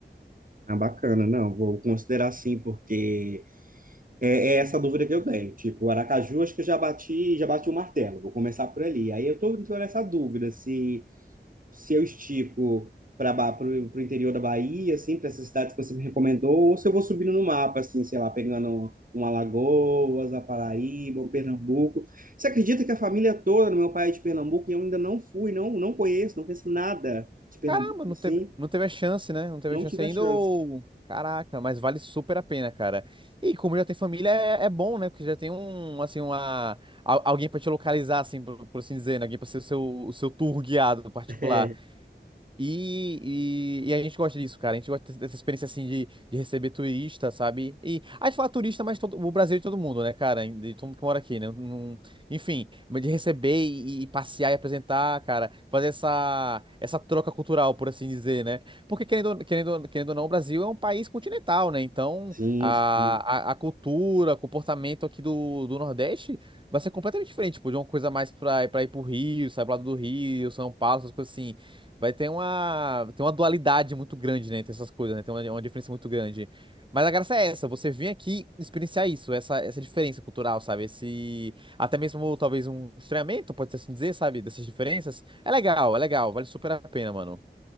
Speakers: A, on the right; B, on the right.
A: Ah, bacana, não, vou considerar sim, porque é, é essa dúvida que eu tenho. Tipo, o Aracaju, acho que eu já bati, já bati o martelo, vou começar por ali. Aí eu tô, tô nessa dúvida se, se eu estico para o interior da Bahia, assim, para essas cidades que você me recomendou, ou se eu vou subindo no mapa, assim, sei lá, pegando um Alagoas, a Paraíba, um Pernambuco. Você acredita que a família toda do meu pai é de Pernambuco e eu ainda não fui, não, não conheço, não conheço nada de Pernambuco,
B: Caramba, não
A: assim,
B: teve, não teve a chance, né? Não teve
A: não
B: a chance
A: tive
B: ainda
A: a chance.
B: ou...
A: <laughs>
B: Caraca, mas vale super a pena, cara. E como já tem família, é, é bom, né? Porque já tem um, assim, uma... al- Alguém pra te localizar, assim, por, por assim dizer, né? Alguém pra ser o seu, o seu tour guiado particular.
A: É,
B: E, e, e a gente gosta disso, cara. A gente gosta dessa experiência assim de, de receber turista, sabe? E a gente fala turista, mas todo, o Brasil é de todo mundo, né, cara? De todo mundo que mora aqui, né? Não- enfim, mas de receber e, e passear e apresentar, cara, fazer essa, essa troca cultural, por assim dizer, né? Porque querendo, ou- querendo, querendo ou não, o Brasil é um país continental, né? Então
A: sim,
B: a,
A: sim.
B: a, a cultura, o comportamento aqui do, do Nordeste vai ser completamente diferente, tipo, de uma coisa mais pra, pra ir pro Rio, sair pro lado do Rio, São Paulo, essas coisas assim. Vai ter uma, tem uma dualidade muito grande, né, entre essas coisas, né? Tem uma, uma diferença muito grande. Mas a graça é essa, você vem aqui experienciar isso, essa, essa diferença cultural, sabe? Esse, até mesmo talvez um estranhamento, pode ser assim dizer, sabe? Dessas diferenças. É legal, é legal, vale super a pena, mano.